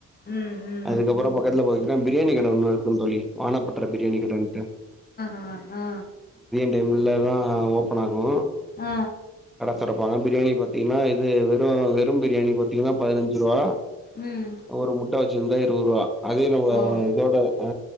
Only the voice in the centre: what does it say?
அதுக்கப்பறோ பக்கத்துல பாத்தீங்கன்னா பிரியாணி கடை ஒன்னு இருக்கு தோழி வானப்பட்ற பிரியாணி கடைன்டு
டைம்ல தா ஓப்பன் ஆகு
தொரப்பாங்க பிரியாணி பாத்தீங்கன்னா இது வெறு வெறும் பிரியாணி பாத்தீங்கன்னா பதுனஞ்சு ரூவா
ஒரு முட்ட வச்சுருந்தா இருவது ரூவா அதே நம்ம
இதோட அ